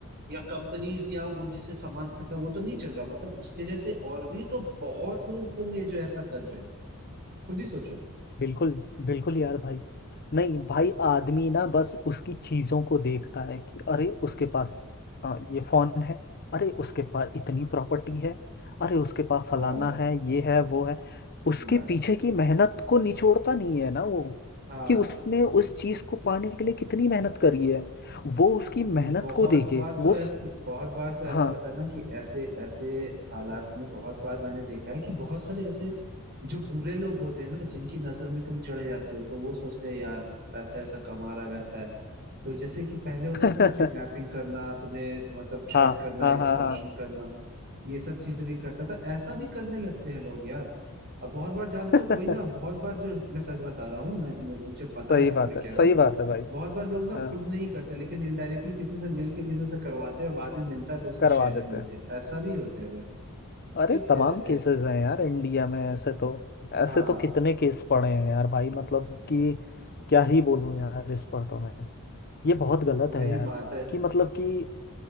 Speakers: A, on the right (about 45°); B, on the left (about 45°).
A: या कंपनीज या वो जिससे सामान खरीदता है वो तो नहीं चल रहा मतलब उसके जैसे और भी तो बहुत लोग होंगे जो ऐसा कर रहे हैं खुद ही सोचो
B: बिल्कुल बिल्कुल यार भाई नहीं भाई आदमी ना बस उसकी चीजों को देखता है कि अरे उसके पास आ, ये फोन है अरे उसके पास इतनी प्रॉपर्टी है अरे उसके पास फलाना
A: हाँ
B: है ये है वो है उसके
A: बस
B: पीछे की मेहनत को निचोड़ता नहीं है ना वो
A: हाँ
B: कि उसने उस चीज को पाने के लिए कितनी मेहनत करी है वो उसकी मेहनत
A: और बहुत
B: को देखे
A: बार
B: वो
A: तो ऐसे
B: उस-
A: बहुत बार तो ऐसा
B: हाँ
A: होता है ना कि ऐसे ऐसे हालात में बहुत बार मैंने देखा है कि बहुत सारे ऐसे जो बुरे लोग होते हैं ना जिनकी नजर में तुम चढ़ जाते हो तो वो सोचते हैं यार पैसा ऐसा कमा रहा है वैसा है तो जैसे कि पहले होता
B: <laughs>
A: था ना किडनैपिंग
B: हाँ
A: करना तुम्हें मतलब थ्रेट
B: हाँ
A: करना
B: हाँ
A: एक्सटॉर्शन
B: हाँ
A: करना ये सब चीजें भी करता था ऐसा भी करने लगते हैं लोग यार अब बहुत बार जानते
B: हाँ
A: हो कोई ना
B: <laughs>
A: बहुत बार जो मैं सच बता रहा हूँ मैं मुझे मुझे पता
B: सही
A: है इसलिए
B: बात
A: मैं
B: है
A: कह रहा
B: सही
A: हूँ
B: बात है भाई
A: बहुत बार लोग ना
B: हाँ,
A: खुद नहीं करते लेकिन इनडायरेक्टली किसी से मिल के किसी से करवाते हैं और बाद में मिलता है तो उसमें
B: करवा
A: शेयरिंग
B: देते
A: लेते
B: हैं
A: हैं ऐसा भी होता है भाई
B: अरे
A: टिप
B: तमाम
A: दे देते
B: केसेस
A: हैं
B: हैं यार इंडिया में ऐसे तो ऐसे
A: हाँ
B: तो कितने केस पड़े हैं यार भाई मतलब कि क्या ही बोलूं यार इस पर तो मैं ये बहुत गलत
A: वही
B: है यार
A: बात है
B: कि मतलब कि